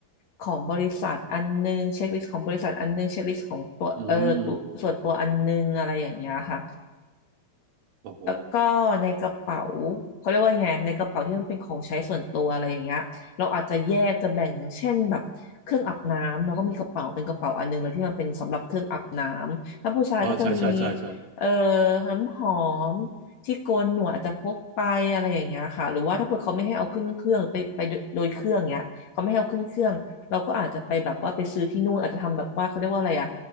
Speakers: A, on the left; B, on the right.
A: ของบริษัทอันนึงเช็คลิสต์ของบริษัทอันนึงเช็คลิสต์ของตัวเออตัวส่วนตัวอันนึงอะไรอย่างเงี้ยค่ะ
B: อืมโอ้โห
A: แล้วก็ในกระเป๋าเขาเรียกว่าไงในกระเป๋าที่มันเป็นของใช้ส่วนตัวอะไรอย่างเงี้ยเราอาจจะแยกจะแบ่งอย่างเช่นแบบเครื่องอาบน้ำเราก็มีกระเป๋าเป็นกระเป๋าอันหนึงเลยที่มันเป็นสำหรับเครื่องอาบน้ำถ้าผู้ชายก็จะมี
B: อ๋อใช่ใช่ใช่ใช่
A: เอ่อน้ำหอมที่โกนหนวดอาจจะพกไปอะไรอย่างเงี้ยค่ะหรือว่าถ้าเกิดเขาไม่ให้เอาขึ้นเครื่องไปไปโดยเครื่องเงี้ยเขาไม่ให้เอาขึ้นเครื่องเราก็อาจจะไปแบบว่าไปซื้อที่นู่นอาจจะทำแบบว่าเขาเรียกว่าอะไรอะ